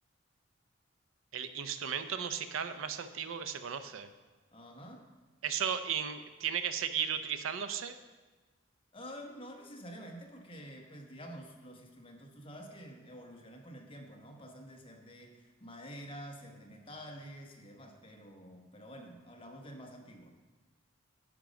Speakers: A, on the right; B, on the left.
A: El instrumento musical más antiguo que se conoce.
B: Ajá.
A: ¿Eso in- tiene que seguir utilizándose?
B: Ah, no necesariamente porque, pues digamos, los instrumentos tú sabes que evolucionan con el tiempo, ¿no? Pasan de ser de madera, ser de metales y demás, pero, pero bueno, hablamos del más antiguo.